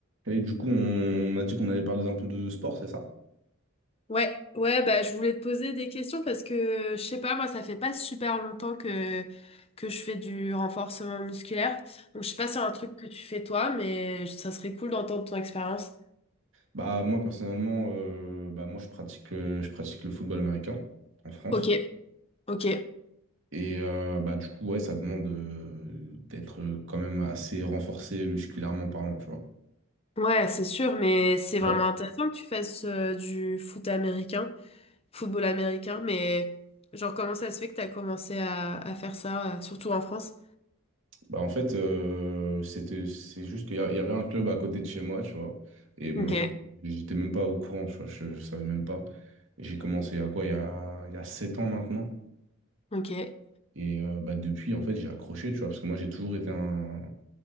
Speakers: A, on the right; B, on the left.
A: Et du coup, on, on a dit qu'on allait parler un peu de sport, c'est ça?
B: Ouais, ouais, bah, je voulais te poser des questions parce que, je sais pas, moi, ça fait pas super longtemps que, que je fais du renforcement musculaire. Donc, je sais pas si c'est un truc que tu fais toi, mais ça serait cool d'entendre ton expérience.
A: Bah moi personnellement, euh, bah moi je pratique, euh, je pratique le football américain en France.
B: Ok, ok.
A: Et euh, bah du coup, ouais, ça demande euh, d'être euh, quand même assez renforcé musculairement parlant, tu vois.
B: Ouais, c'est sûr, mais c'est
A: Bah,
B: vraiment intéressant que tu fasses euh, du foot américain, football américain, mais genre, comment ça se fait que t'as commencé à, à faire ça, euh, surtout en France?
A: bah, en fait, euh, c'était, c'est juste qu'il y, a- il y avait un club à côté de chez moi, tu vois. Et moi,
B: Ok,
A: j'étais même pas au courant, tu vois, je, je savais même pas. Et J'ai commencé à quoi, il y a, il y a 7 ans maintenant.
B: ok.
A: Et euh, bah, depuis, en fait, j'ai accroché, tu vois, parce que moi, j'ai toujours été un,